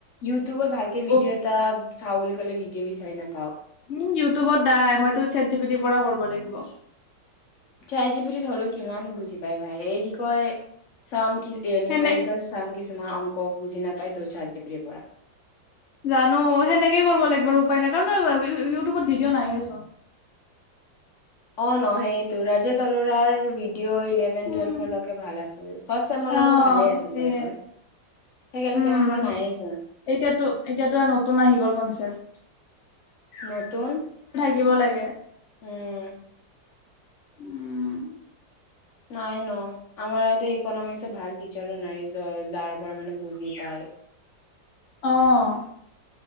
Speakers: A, on the left; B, on the left.
A: ইউটিউবত ভালকে ভিডিঅ'
B: বুক
A: এটা চাওঁ বুলি ক'লে ডিঅ' বিচাৰি না
B: উম, ইউটিউবত দাই মইতো চেট চপিটিৰ পৰা ক'ৰব' লাগিব।
A: চেট জিপিটিত হ'লেও কিমান বুজি পাই ভাই, এই কি কয় চাম কি এ নিউমেৰিকেল
B: সেনে
A: চাম কিছ তোমাৰ অংক বুজি নাপায় তোৰ চেট জিপিটিৰ পৰা।
B: জানো সেনেকেই কৰিব লাগিব আৰু উপায় নাই কাৰণ ৱি-ৱি-ইউটিউবত ভিডিঅ' নায়ে চোন।
A: অ', নহেই তোৰ ৰাজাত আৰোৰাৰ ডিঅ' ইলেভেন
B: উম
A: টুৱেলভৰ লকে ভাল আছিল ফাৰ্ষট চেমৰ
B: অ
A: লগেও ভালেই আছিল
B: সেয়ে
A: দেচোন, চেকেণ্ড
B: উম।
A: চেমৰ পৰা নাইে চোন
B: এতিয়াতো এতিয়াতো আৰু নতুন আহি গ'ল কনচেপ্ট
A: নতুন‌
B: দিব লাগে।
A: উম।
B: উম।
A: নাই ন আমাৰ এয়াতেই ইক'নমিকচ ভাল টিচাৰো নাই যজ যাৰ পৰা মানে বুজি পায়
B: অহ